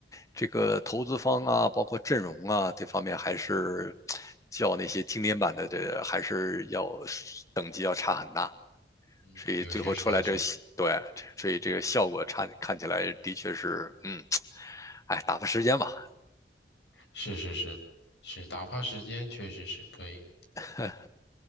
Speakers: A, on the left (about 20°); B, on the left (about 75°).
A: 这个投资方啊，包括阵容啊这方面，还是较那些经典版的这还是要等级要差很大，
B: 嗯，
A: 所以最后出来这对，
B: 有些差距。
A: 所以这个效果差看起来的确是，嗯，哎，打发时间吧，
B: 是是是是，打发时间确实是可以。
A: <laughs>